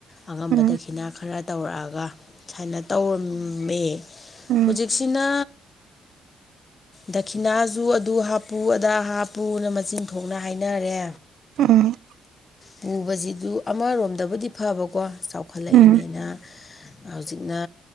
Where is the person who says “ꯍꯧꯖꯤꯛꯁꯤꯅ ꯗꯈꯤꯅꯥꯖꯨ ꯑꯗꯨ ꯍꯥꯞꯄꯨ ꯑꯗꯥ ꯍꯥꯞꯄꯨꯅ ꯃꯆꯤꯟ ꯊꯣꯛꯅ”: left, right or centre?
Left